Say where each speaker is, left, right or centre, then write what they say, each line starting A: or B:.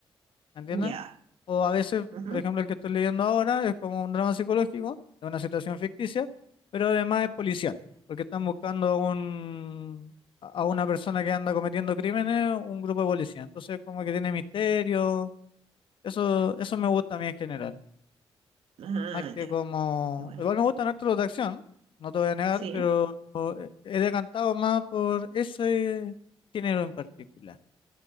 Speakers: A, on the left (about 60°); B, on the right (about 75°).
A: ¿entiendes?
B: Ya.
A: O a veces,
B: ujú,
A: por ejemplo, el que estoy leyendo ahora es como un drama psicológico, de una situación ficticia, pero además es policial, porque están buscando a un, a una persona que anda cometiendo crímenes, un grupo de policía. Entonces, como que tiene misterio. Eso, eso me gusta a mí en general.
B: Ah,
A: Más que
B: ya.
A: como.
B: Qué bueno.
A: Igual me gustan harto los de acción, no te voy a negar,
B: Sí.
A: pero eh, he decantado más por ese género en particular.